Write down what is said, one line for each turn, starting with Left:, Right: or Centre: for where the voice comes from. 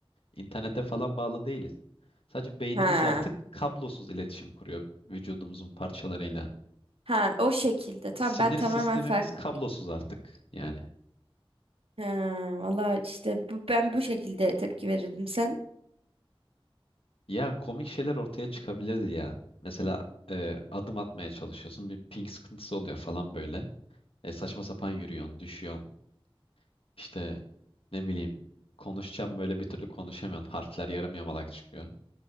Left: İnternete falan bağlı değiliz. Sadece beynimiz
Right: Ha.
Left: artık kablosuz iletişim kuruyor vücudumuzun parçalarıyla.
Right: Ha o şekilde. Tamam
Left: Sinir
Right: ben tamamen
Left: sistemimiz
Right: farklı.
Left: kablosuz artık yani.
Right: Ha, valla işte bu, ben bu şekilde tepki verirdim sen.
Left: Ya komik şeyler ortaya çıkabilirdi ya. Mesela e, adım atmaya çalışıyorsun bir ping sıkıntısı oluyor falan böyle. E, saçma sapan yürüyorsun, düşüyorsun. İşte ne bileyim konuşacağım böyle bir türlü konuşamıyorsun. Harfler yarım yamalak çıkıyor.